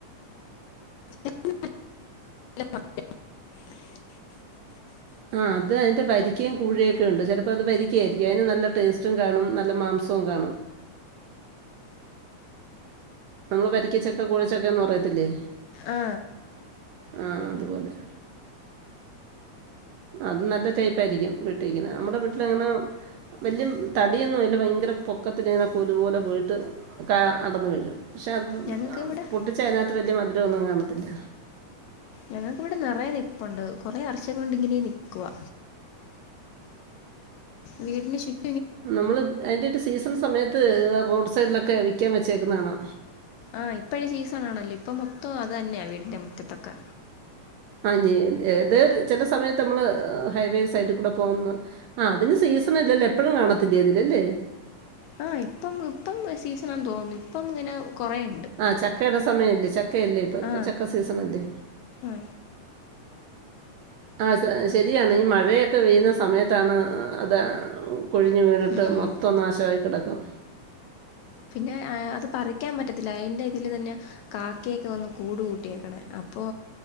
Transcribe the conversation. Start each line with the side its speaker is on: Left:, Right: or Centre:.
Left: <unintelligible>
Right: <unintelligible>
Left: മ
Right: ആ അത് അതിന്റെ പരിക്കീം കൂഴൊക്കെ ഉണ്ട് ചിലപ്പോ അത് പരിക്ക ആയിരിക്കും അതിന് നല്ല ടേസ്റ്റും കാണും നല്ല മാംസോ കാണും നമ്മള് വരിക്കച്ചക്ക കൂഴച്ചക്കന്ന് പറയത്തില്ലേ
Left: ആ
Right: ആ അതുപോലെ അത് നല്ല ടൈപ്പായിയിരിക്കും വീട്ടിക്കുന്നെ നമ്മുടെ വീട്ടിലങ്ങനെ വല്ല്യ തടിയൊന്നുല്ല ഭയങ്ക ത്ത പൊക്കത്തിങ്ങനെ കൊലു പോലെ പോയിട്ട് കാ അടർന്ന് വരൊ പക്ഷെ അത്
Left: ഞങ്ങൾക്ക് ഇവിടെ
Right: പൊട്ടിച്ച അതിനകത്ത് വല്യ മധുരൊന്നും കാണത്തില്ല.
Left: ഞങ്ങക്കിവിടെ നറയെ നിൽപ്പുണ്ട് കുറെേ വർഷം കൊണ്ടിങ്ങനെ നിക്കുവാ. വീടിനുച്ചുറ്റ്
Right: നമ്മള് അതിന്റെ ഒരു സീസൺ സമയത്ത് റോഡ് സൈഡിലൊക്കെ വിക്കാൻ വെച്ചേക്കുന്നെ കാണാ.
Left: ആ ഇപ്പഴ സീസൺാണല്ലോ ഇപ്പൊ മൊത്തം അതന്നെയാ വീടിന്റെ മുറ്റത്തൊക്കെ.
Right: ആ എ ഏതരു ചില സമയത്ത് നമ്മള് ഹൈവേ സൈഡിൽ കൂടെ പോകുന്ന് ആ അതിന് സൈ സീസല്ലല്ലോ എപ്പഴും കാണത്തില്ല അതിലല്ലേ?
Left: ആ ഇപ്പം ഇപ്പം സീസണാണ് തോന്നുന്ന് ഇപ്പം ഇങ്ങനെ കുറേ ഉണ്ട്
Right: ആ ചക്കയുടെ സമയല്ലേ ചക്കയല്ലേ ഇപ്പൊ
Left: ആ
Right: ചക്ക സീസണല്ലേ?
Left: ആ
Right: ആ സെ ശരിയാണ് ഈ മഴയൊക്കെ പെയ്യുന്ന സമയത്താണ് അത് കൊഴിഞ്ഞു വീണിട്ട്
Left: ഉം.
Right: മൊത്തം നാശായി കെടക്കും
Left: പിന്നെ അത് പറിക്കാൻ പറ്റ ത്തില്ല അയിൻ്റെ ഇതിൽ തന്നെ കാക്കയൊക്കെ വന്ന് കൂട് കൂട്ടിയേക്ക്ണ് ‌ അപ്പോ